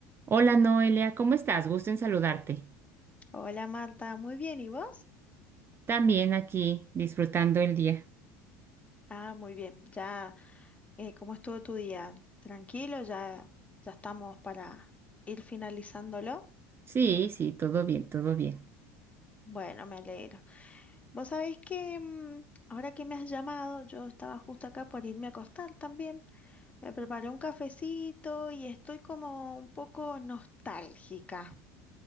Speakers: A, on the right; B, on the left.
A: Hola Noelia, ¿cómo estás? Gusto en saludarte.
B: Hola Marta, muy bien, ¿y vos?
A: También aquí, disfrutando el día.
B: Ah, muy bien, ya, eh, ¿cómo estuvo tu día? ¿Tranquilo? ¿Ya, ya estamos para ir finalizándolo?
A: Sí, sí, todo bien, todo bien.
B: Bueno, me alegro. Vos sabés que mm, ahora que me has llamado, yo estaba justo acá por irme a acostar también. Me preparé un cafecito y estoy como un poco nostálgica.